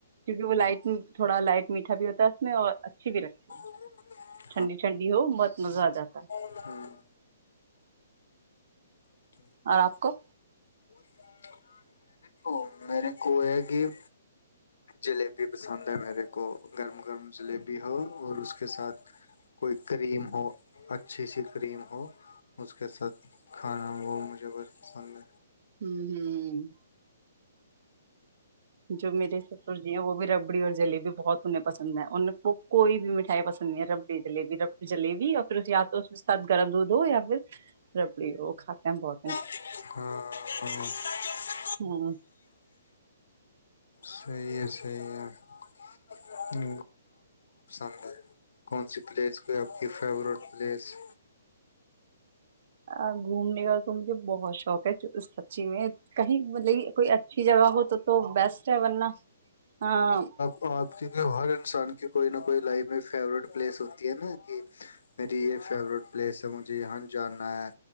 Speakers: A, on the right; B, on the left.
A: ਕਿਉਂਕਿ ਉਹ ਲਾਈਟ ਥੋੜਾ ਲਾਈਟ ਮੀਠਾ ਭੀ ਹੋਤਾ ਹੈ ਉਸੇ ਔ ਅੱਛੀ ਭੀ ਲਗਤੀ ਐ
B: <inaudible>
A: ਠੰਡੀ ਠੰਡੀ ਹੋ ਬਹੁਤ ਮਜ਼ਾ ਆ ਜਾਤਾ ਐ
B: <unintelligible> <unintelligible>
A: ਔਰ ਆਪ ਕੋ
B: <unintelligible> ਦੇੋ ਮੇਰੇ ਕੋ ਇਹ ਕਿ ਜਲੇਬੀ ਪਸੰਦ ਹੈ ਮੇਰੇ ਕੋ ਗਰਮ ਗਰਮ ਜਲੇਬੀ ਹੋ ਓਰ ਉਸਕੇ ਸਾਥ ਕੋਈ ਕਰੀਮ ਹੋ ਅੱਛੀ ਸੀ ਕਰੀਮ ਹੋ ਉਸਕੇ ਸਾਥ ਹਾਂ ਹਾਂ ਹਾਂ ਉਹ ਮੁਝੇ ਬਹੁਤ ਪਸੰਦ ਹੈ
A: ਹੂੰ ਹੂੰ ਹੂੰ ਜੋ ਮੇਰੇ <unintelligible> ਜੀ ਆ ਉਹ ਵੀ ਰਬੜੀ ਓਰ ਜਲੇਬੀ ਬਹੁਤਨੇ ਪਸੰਦ ਉਹਨ ਕੋਈ ਵੀ ਮਿਠਾਈ ਪਸੰਦ ਨਈ ਐ ਰਬੜੀ ਜਲੇਬੀ ਰਬੜੀ ਜਲੇਬੀ ਜਾ ਫਿਰ ਉਸ ਯਾਦ ਉਸ ਗਰਮ ਦੂਧ ਹੋ ਜਾਂ ਫਿਰ ਰਬੜੀ ਹੋ ਖਾਤੇ ਹ ਬਹੁਤ
B: ਹ <inaudible>
A: ਹੂੰ
B: ਸਹੀ ਐ ਸਹੀ ਐ <inaudible> <unintelligible> ਐ ਕੌਣਸੀ ਪਲੇਸ ਕੋਈ ਆਪ ਕੀ ਫੇਵਰੇਟ ਪਲੇਸ
A: ਅ ਘੁੱਮਣੇ ਕਾ ਤੋ ਮੁਜੇ ਬਹੁਤ ਸ਼ੌਕ ਐ ਸੱਚੀ ਮੈਂ ਕਹੀ ਮਤਲਬ ਕਿ ਕੋਈ ਅੱਛੀ ਜਗਾ ਹੋ ਬੈਸਟ ਹੈ ਵਰਨਾ ਹਾਂ
B: <unintelligible> ਹਰ ਇਨਸਾਨ ਕੀ ਕੋਈ ਨਾ ਕੋਈ ਲਾਈਫ ਫੇਵਰੇਟ ਪਲੇਸ ਹੋਤੀ ਹੈ ਨਾ ਕਿ ਮੇਰੀ ਇਹ ਫੇਵਰੇਟ ਪਲੇਸ ਐ ਮੁਝੇ ਯਾਂ ਜਾਨਨਾ ਐ